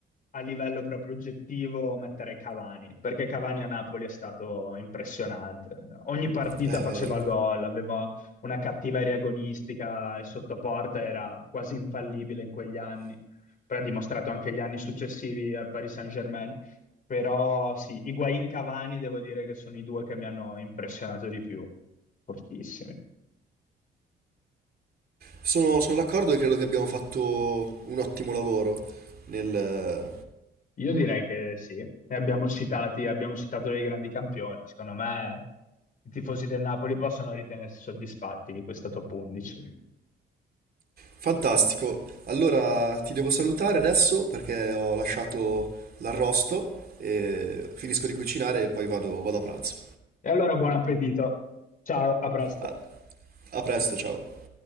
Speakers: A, on the left (about 45°); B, on the right (about 50°).
A: a livello proprio oggettivo, metterei Cavani, perché Cavani a Napoli è stato impressionante. Ogni partita
B: È
A: faceva
B: vero.
A: gol, aveva una cattiveria agonistica e sotto porta era quasi infallibile in quegli anni. Poi ha dimostrato anche gli anni successivi al Paris Saint-Germain. Però sì, Higuain Cavani devo dire che sono i due che mi hanno impressionato di più, fortissimi.
B: Sono, sono d'accordo e credo che abbiamo fatto un ottimo lavoro nel,
A: Io direi che sì, ne abbiamo citati, abbiamo citato dei grandi campioni. Secondo me i tifosi del Napoli possono ritenersi soddisfatti di questa top 11.
B: Fantastico. Allora ti devo salutare adesso perché ho lasciato l'arrosto e finisco di cucinare e poi vado, vado a pranzo.
A: E allora buon appetito. Ciao, a presto.
B: a a presto, ciao.